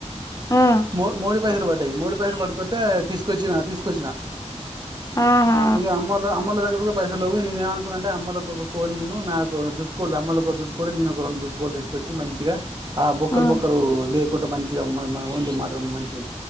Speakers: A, on the left; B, on the right.
A: ఉమ్
B: మో మోడీ పైసలు పడ్డాయి మోడీ పైసలు పట్టుకొత్తే తీసుకొచ్చిన తీసుకొచ్చిన
A: ఆహా
B: ఇక అమ్మోల్ల దగ్గర కూ డ పైసలేవు ఇగ నేను ఏమనుకునాన్నంటే అమ్మోల్లకి ఒక కోడిని నాకు జుట్టుకోళ్ళు అమ్మోల్లకి ఒక జుట్టుకోడి నేనొక రెండు జుట్టుకోళ్ళు తీసుకొచ్చి మంచిగా ఆ బొక్కలు
A: ఉమ్
B: బొక్క లేకుండా మంచిగా మా వండి మటన్ మంచి